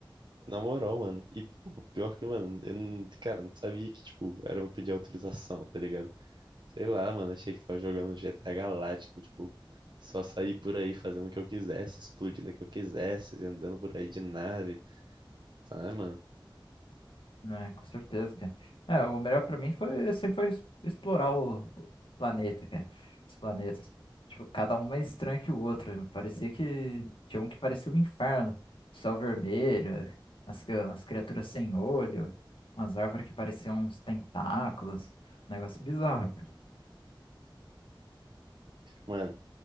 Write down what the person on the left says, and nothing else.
né? Com certeza, cara. É, o melhor pra mim foi sempre foi es- explorar o, o planeta, cara. Os planetas. Tipo, cada um mais estranho que o outro. Parecia que tinha um que parecia um inferno. Céu vermelho, as, cri- as criaturas sem olho, umas árvores que pareciam uns tentáculos. Um negócio bizarro, cara.